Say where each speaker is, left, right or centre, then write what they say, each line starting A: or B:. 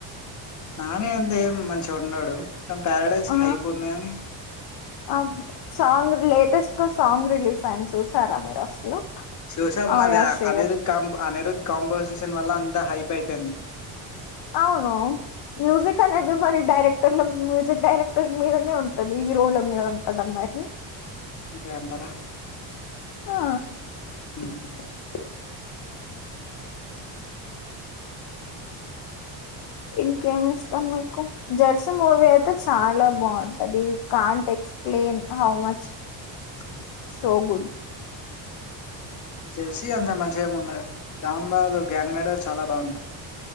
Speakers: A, on the left; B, on the left.
A: నాని అంతే ఎం మంచిగుండడు ప్యారడైస్
B: ఆ
A: హైప్ ఉన్నదని
B: ఆ సాంగ్ లేటెస్ట్ గా సాంగ్ రిలీజ్ అయ్యింది చూసారా మీరు అసలు
A: చూసాం
B: ఆయా
A: అదా
B: షేర్
A: అనిరుద్ కాం అనిరుద్ కాంపోజిషన్ వల్ల అంత హైప్ అయిపోయింది
B: అవును మ్యూజిక్ అనేది మరి డైరెక్టర్ల మ్యూజిక్ డైరెక్టర్ మీదనే ఉంటది హీరోల మీద ఉంటదా మరి
A: అంతే అంటారా
B: ఆ
A: అ
B: ఇంకేమి ఇష్టం మీకు జర్సీ మూవీ అయితే చాలా బాగుంటది can't explain how much
A: <inaudible>
B: so good
A: Jersey అంత మంచిగా ఉండదు డాన్ బాలో గ్యాంగ్ లీడర్ చాలా బాగుంటది